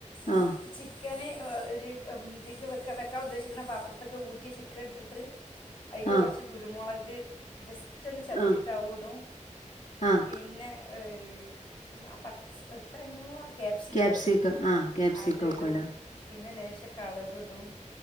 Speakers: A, on the left; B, on the left.
A: ഈ
B: ആഹ്
A: ചിക്കന് ഒ ഒര് പം ഇതിക്ക് വെക്കാ വെക്കാൻ ഉദ്ദേശിക്ക്ണ പാത്രത്ത്ക്ക്‌ ഊറ്റിയ ചിക്കൻ ഇട്ടിട്ട് അയ്ക്ക്
B: ആഹ്
A: കൊർച്ച് കുരുമുളക് ജസ്റ്റ് ഒന്ന് ചതച്ചിട്ടാവുടും
B: ആഹ് ആഹ്
A: പിന്നെ ഏഹ് മാ പച്ച് എത്താനുവാ ക്യാപ്സിക്കോ
B: ക്യാപ്സിക്കം ആഹ് ക്യാപ്സിക്കം
A: അതിടും
B: വെക്കുവല്ലോ
A: പിന്നെ ലേശ കളറിടും